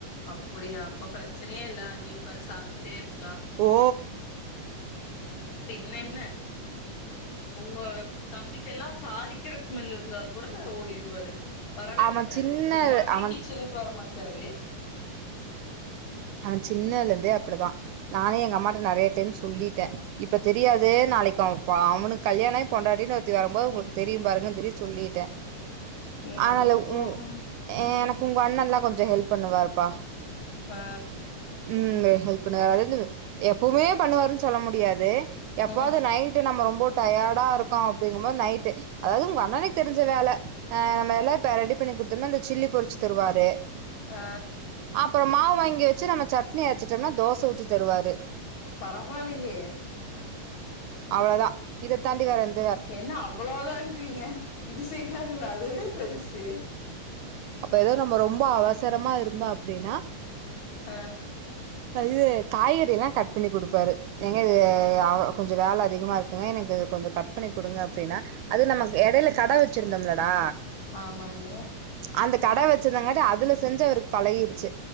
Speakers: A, on the left (about 60°); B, on the right (about 75°).
A: அப்டியா அப்ப பிரச்சனயேஇல்ல அண்ணி உக்கந்து சாப்டுட்டே இருக்கலா
B: ஓ
A: பின்ன என்ன உங்க தம்பிக்கெல்லா தாளிக் க்கிற ஸ்மெல் இருந்தா கூட ஓடிடுவாரு வரவே
B: அவன்
A: மாட்டாரு
B: சின்ன
A: சும்மாவே
B: அவன்
A: கிச்சனுக்கு வர மாட்டாரு
B: அவ சின்னதுலருந்தே அப்படிதா நானே எங்க அம்மாட்ட நெறயா டைம் சொல்லிட்டே இப்ப தெரியாது நாளைக்கு அவ அவனுக்கு கல்யாண ஆயி பொண்டாட்டின்னு ஒருத்தி வரும்போது உங்களுக்கு தெரியு பாருங்கன்னு சொல்லி சொல்லிட்டே
A: <inaudible>
B: ஆனாலு
A: போங்க
B: உ
A: நீ
B: எனக்கு உங்க அண்ணன்ல்லா கொஞ்சோ ஹெல்ப் பண்ணுவாருப்பா
A: ஆ
B: ம் ஹெல்ப் பண்ணுவாரு அது வந்து எப்வுமே பண்ணுவாருன்னு சொல்ல முடியாது எப்பாவது
A: ம்
B: நைட் டு நம்ம ரொம்ப டயர்டா இருக்கோ அப்படிங்குபோது நைட் அதாவது உங்க அண்ணணுக்கு தெரிஞ்ச வேல ஆ நம்ம எல்லா இப்ப ரெடி பண்ணி கொடுத்தோனா அந்த சில்லி பொறிச்சு தருவாரு
A: ஆ
B: அப்ற மாவு வாங்கி வச்சு நம்ம சட்னி அரச்சிட்டோம்னா தோச ஊத்தி தருவாரு
A: பரவால்லயே
B: அவ்ளோதா இத தாண்டி வேற எந்
A: என்ன அவ்ளோதான்றீங்க இது செய்றாருல அதுவே பெருசு
B: அப்ப ஏதோ நம்ம ரொம்ப அவசரமா இருந்தோ அப்டின்னா
A: ஆஹ்
B: இது காய்கறில்லா கட் பண்ணி கொடுப்பாரு ஏங்க இது கொஞ்சோ வேல அதிகமா இருக்குங்க எனக்கு இது கொஞ்சோ கட் பண்ணி கொடுங்க அப்டின்னா அது நமக்கு இடைல கட வச்சிருந்தோம்லடா
A: ஆமா அண்ணி
B: அந்த கட வச்சிருந்தாங்காட்ட அதுல செஞ்சு அவருக்கு பழகிடுச்சு